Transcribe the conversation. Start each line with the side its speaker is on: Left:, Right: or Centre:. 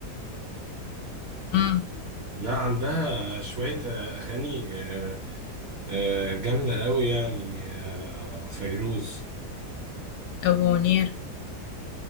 Left: امم
Right: لا عندها شوية آه، أغاني آه، آه، جامدة قوي يعني آه، فيروز
Left: ابو منير